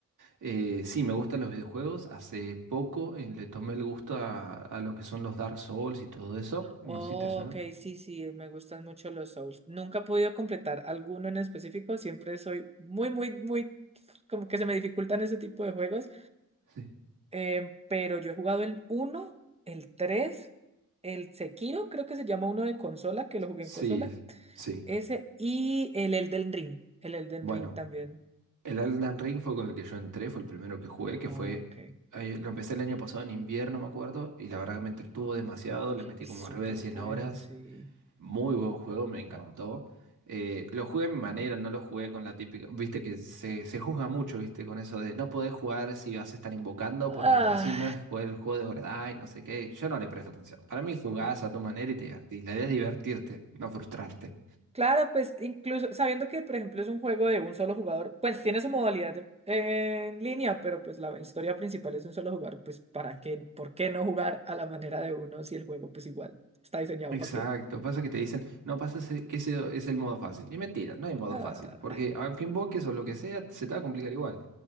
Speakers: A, on the right; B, on the right.
A: Eh, sí, me gustan los videojuegos. Hace poco eh, le tomé el gusto a, a lo que son los Dark Souls y todo eso. No
B: Oh,
A: sé si te suena.
B: ok, sí, sí, me gustan mucho los Souls. Nunca he podido completar alguno en específico, siempre soy muy, muy, muy, como que se me dificultan ese tipo de juegos,
A: Sí.
B: Em, pero yo he jugado el uno, el 3, el Sekiro, creo que se llama uno de consola, que lo jugué
A: Sí,
B: en consola,
A: sí.
B: ese y el Elden Ring, el Elden
A: Bueno,
B: Ring también.
A: el Elden Ring fue con el que yo entré, fue el primero que jugué, que
B: Oh,
A: fue...
B: ok,
A: eh, Lo empecé el año pasado en invierno, me acuerdo, y la verdad que me entretuvo demasiado, le metí
B: es
A: como
B: súper
A: arriba de 100
B: bueno,
A: horas.
B: sí.
A: Muy buen juego, me encantó. Eh, lo jugué a mi manera, no lo jugué con la típica. Viste que se, se juzga mucho, viste, con eso de no podés jugar si vas a estar invocando
B: Ah.
A: porque no- así no es jugar el juego de verdad y no sé qué. Yo no le presto atención. Para mí jugás a tu manera y te divertís. La idea es divertirte, no frustrarte.
B: Claro, pues incluso sabiendo que, por ejemplo, es un juego de un solo jugador, pues tiene su modalidad en, en línea, pero pues la historia principal es un solo jugador, pues ¿para qué? ¿Por qué no jugar a la manera de uno si el juego pues igual está diseñado
A: Exacto,
B: para que...
A: pasa que te dicen, no, pasa ese- que ese es el modo fácil. Y mentira, no hay modo
B: Ah,
A: fácil, porque aunque invoques o lo que sea, se te va a complicar igual.